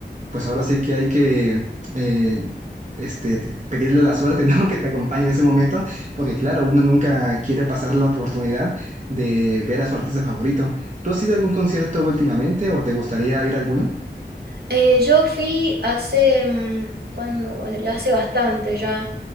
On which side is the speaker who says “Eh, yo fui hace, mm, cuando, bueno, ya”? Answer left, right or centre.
Right